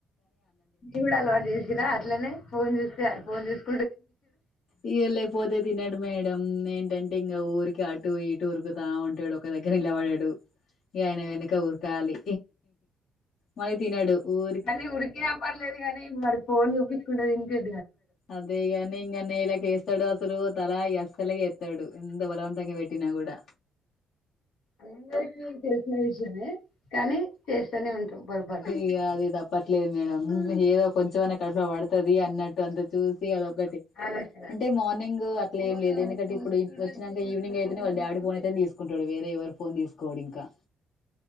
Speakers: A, on the left; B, on the left.
A: కూడా అలవాటు జేసిరా అట్లనే ఫోన్ చూస్తే ఫోన్ చూసు
B: ఇగ లేకపోతే తినడు మేడం మ్మ్ ఏంటంటే ఇంకా ఊరికే అటు ఇటు ఉరుకుతా ఉంటాడు. ఒక దగ్గర నిలబడడు ఇగ ఆయన వెన క ఉరకాలి మళ్ళీ తినడు ఊరి
A: కాని ఉరికినా పర్లేదు కాని మరి ఫోన్ చూపిస్ కుంట తినిపియక్
B: అదేగా అన్నీ నేలకేస్తడు అస్ సలు తల అస్సలగి ఎత్తాడు ఎంత బలవంతంగా పెట్టినా కూడా
A: అందరికీ తెలిసిన విష యమే కానీ చేస్తూనే ఉంటాం పొరపాటు
B: ఇ అది తప్పట్లేదు మేడం ఏదో క్ కొంచెమన్నా కడుపుల పడుతుది అన్నట్ అంత చూసి అదొక్ ఒకటి
A: ఆలోచన
B: అంటే మార్నింగ్ అట్లా
A: ఫోన్
B: ఏం లేదు ఎందుకంటే
A: చూడద్దు
B: ఇప్పుడు వచ్చినాక ఈవినింగ్
A: పెట్టద్దు
B: అయితేనే వాళ్ళ
A: అనుకుంటాం
B: డాడి ఫోన్ అయితేనే తీసుకుంటాడు వేరే ఎవరు ఫోన్ తీసుకోడు ఇంకా